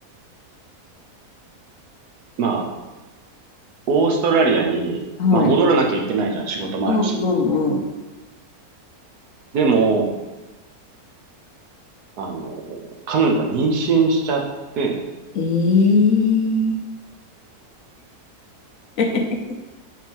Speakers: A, on the right; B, on the left.
A: まあ、オーストラリアに、
B: はい。
A: まあ、戻らなきゃいけないじゃん、仕事もあるし。
B: うん、うん、うん。
A: でも、あの、彼女が妊娠しちゃって、
B: ええ <laughs>